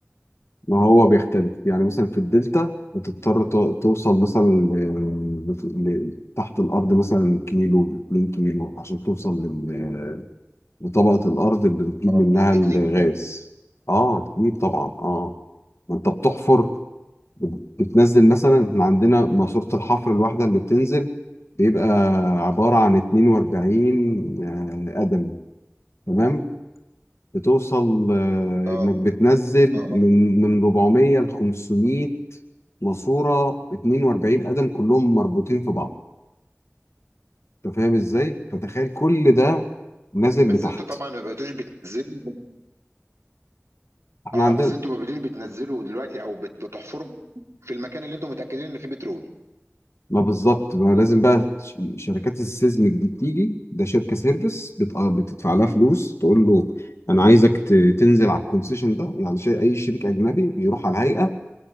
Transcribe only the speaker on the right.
عرب
ابيض
اتنين
اه
اه
آه.
بس
انتوا طبعا ما بقيتوش بتنزلوا
اه
بس انتوا ما بقيتوش بتنزلوا دلوقتي او بت- بتحفروا في المكان اللي انتوا متاكدين ان فيه بترول